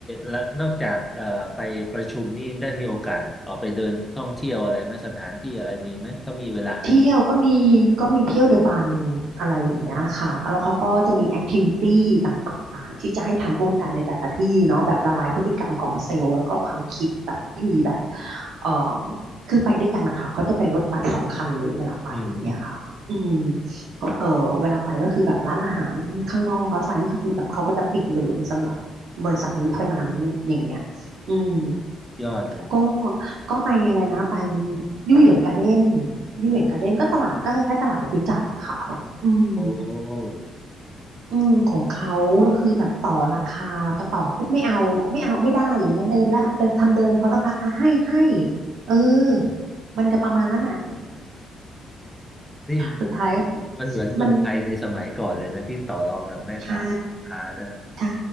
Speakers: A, in the centre; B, on the right.
A: ละนอกจากเอ่อไปประชุมนี่ได้มีโอกาสออกไปเดินท่องเที่ยวอะไรไหมสถานที่อะไรมีไหมก็มีเวลาให้
B: เที่ยวก็มีก็มีเที่ยวเดอะบันอะไรอย่างเงี้ยค่ะแล้วเขาก็จะมีแอคทิวิตี้ต่างๆที่จะให้ทำร่วมกันในแต่ละที่เนาะแบบละลายพฤติกรรมของเซลล์แล้วก็ความคิดแบบที่มีแบบเอ่อคือไปด้วยกันนะคะเขาจะเป็นรถบัสสองคันเลยเวลาไปอย่างเงี้ยค่ะอืม
A: อืมอืม
B: ก็เออเวลาไปก็คือแบบร้านอาหารข้างนอกเอาไซน์นี่ก็คือแบบเขาก็จะปิดเลยสำหรับบริษัทนี้เท่านั้นอย่างเงี้ยอืม
A: ยอดเลย
B: ก็ก็ไปอะไรนะไปยู่หยวนการ์เด้นยู่หยวนการ์เด้นก็ตลาดก็คล้ายๆตลาดจตุจักรอะค่ะอืม
A: โอ้
B: อืมของเขาก็คือแบบต่อราคาพอต่อปุ๊บไม่เอาไม่เอาไม่ได้อย่างเงี้ยเดินละเดินทำเดินพอสักพักอ่ะให้ให้เออมันจะประมาณนั้นน่ะ
A: นี่
B: สุดท้าย
A: มันเหมือนเมืองไทยในสมัยก่อนเลยนะที่ต่อรองกับแม่ค้าพ่อค้านะ
B: มันใช่ ใช่